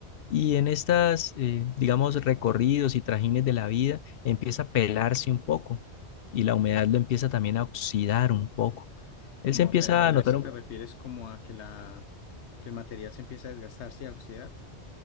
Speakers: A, on the left; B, on the left.
A: Y en estas, eh, digamos, recorridos y trajines de la vida, empieza a pelarse un poco y la humedad lo empieza también a oxidar un poco. Él
B: Como
A: se empieza
B: a pe- apelarse
A: a notar un-
B: te refieres como a que la que el material se empieza a desgastarse y a oxidar.